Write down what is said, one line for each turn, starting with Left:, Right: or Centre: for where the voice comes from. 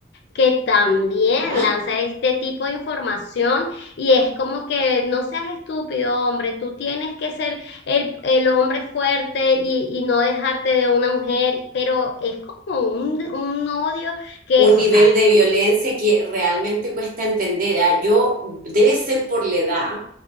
Left: que también
Right: ¿Ya?
Left: lanza este tipo de información y es como que no seas estúpido, hombre, tú tienes que ser el, el hombre fuerte y, y no dejarte de una mujer, pero es como un, un odio que,
Right: un
Left: o
Right: nivel
Left: sea,
Right: de violencia que realmente cuesta entender. ¿ah? Yo, debe ser por la edad,